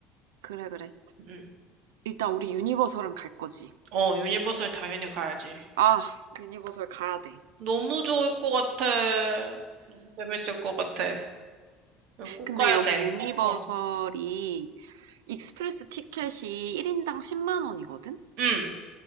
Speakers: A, on the right; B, on the right.
A: 그래, 그래.
B: 음.
A: 일단 우리 유니버설은 갈 거지.
B: 어, 유니버설 당연히 가야지.
A: 아, 유니버설 가야 돼.
B: 너무 좋을 것 같아. 너무 재밌을 것 같아. 이거 꼭
A: 근데
B: 가야
A: 여기
B: 돼.
A: 유니버설이
B: 어,
A: 익스프레스 티켓이 1인당 10만 원이거든?
B: 응.